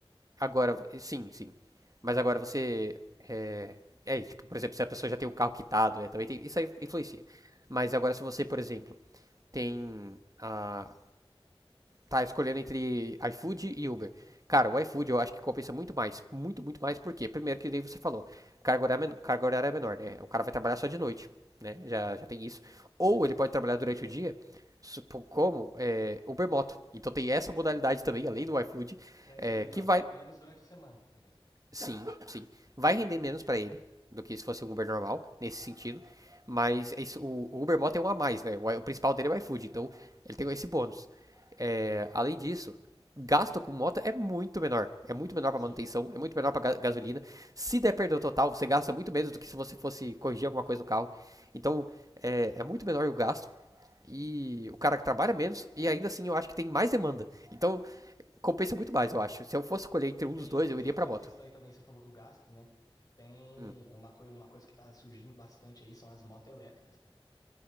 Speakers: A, on the right; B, on the left.
A: agora, sim, sim. Mas agora você, é, é, tipo, por exemplo, se a pessoa já tem o carro quitado, né, também tem, isso aí influencia. Mas agora se você, por exemplo, tem a, tá escolhendo entre iFood e Uber. Cara, o iFood eu acho que compensa muito mais. Muito, muito mais. Por quê? Primeiro que daí você falou, carga horária, men- carga horária é menor, né? O cara vai trabalhar só de noite, né? Já, já tem isso. Ou
B: Isso.
A: ele pode trabalhar durante o dia, supo- como é, Uber Moto. Então tem essa modalidade também, além do iFood,
B: É,
A: é,
B: e ele
A: que
B: trabalha
A: vai
B: menos durante a semana também.
A: Sim, sim. Vai render menos pra ele do que se fosse um Uber normal, nesse sentido. Mas é isso, o o Uber Mall tem um a mais, né? O, o principal dele é o iFood, então ele tem esse bônus. É, além disso, o gasto com moto é muito menor. É muito menor
B: Sim.
A: pra manutenção, é muito menor pra ga- gasolina. Se der perda total, você gasta muito menos do que se você fosse corrigir alguma coisa no carro. Então, é, é muito menor o gasto. E o cara que trabalha menos, e ainda assim eu acho que tem mais demanda. Então, compensa muito mais, eu acho. Se eu fosse escolher entre
B: E tem,
A: um dos dois, eu
B: tem
A: iria
B: outra
A: pra moto.
B: questão aí também, você falou do gasto, né? Tem
A: Hum.
B: uma, coi- uma coisa que tá surgindo bastante aí, são as motos elétricas, cara.